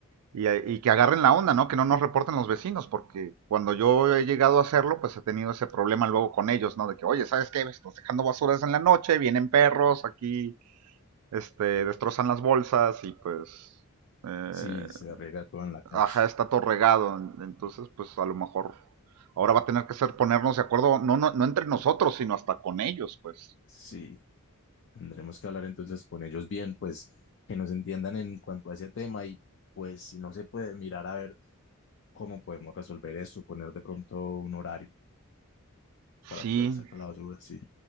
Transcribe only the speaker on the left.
sí, se riega todo en la calle.
<laughs>
Sí, tendremos que hablar entonces con ellos bien, pues que nos entiendan en cuanto a ese tema y pues si no se puede mirar a ver cómo podemos resolver eso, poner de pronto un horario para
poder sacar la basura. Sí,